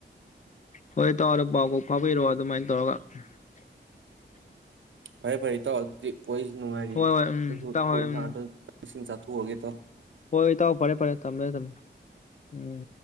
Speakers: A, on the left (about 40°); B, on the right (about 75°).
A: ꯍꯣꯏ ꯏꯇꯥꯎ ꯑꯗꯣ ꯄꯥꯎ ꯀ‌ꯣꯛ ꯐꯥꯎꯕꯤꯔꯛꯑꯣ ꯑꯗꯨꯃꯥꯏꯅ ꯇꯧꯔꯒ <unintelligible>
B: ꯐꯔꯦ ꯐꯔ‌ꯦ ꯏꯇꯥꯎ ꯑꯗꯨꯗꯤ ꯋꯥꯔꯤꯖꯨ ꯅꯨꯡꯉꯥꯏꯔꯤ
A: ꯍꯣꯏ ꯍꯣꯏ ꯎꯝ
B: ꯑꯩꯁꯨ
A: ꯏꯇꯥꯎ
B: ꯊꯕꯛ
A: ꯍꯣꯏ
B: ꯏꯪꯈꯥꯡ
A: ꯎꯝ
B: ꯑꯝꯇ ꯆꯥꯛ-ꯁꯤꯡ ꯆꯥ ꯇ‌ꯣꯛꯑꯒ‌ꯦ ꯏꯇꯥꯎ
A: ꯍꯣꯏ ꯏꯇꯥꯎ ꯐꯔꯦ ꯐꯔꯦ ꯊꯝꯃꯦ ꯊꯝꯃꯦ ꯎꯝ